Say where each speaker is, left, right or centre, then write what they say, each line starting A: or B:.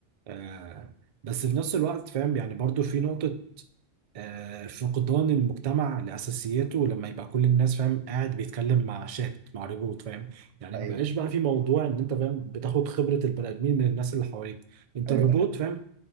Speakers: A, on the right; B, on the right.
A: آه بس في نفس الوقت فاهم يعني برضه في نقطة آه، فقدان المجتمع لأساسياته لما يبقى كل الناس فاهم قاعد بيتكلم مع شات مع ريبوت فاهم يعني
B: ايوه
A: ما بقاش بقى في موضوع ان انت فاهم بتاخد خبرة البني آدمين من الناس اللي حواليك انت
B: ايوه
A: الروبوت
B: ده حقيقي
A: فاهم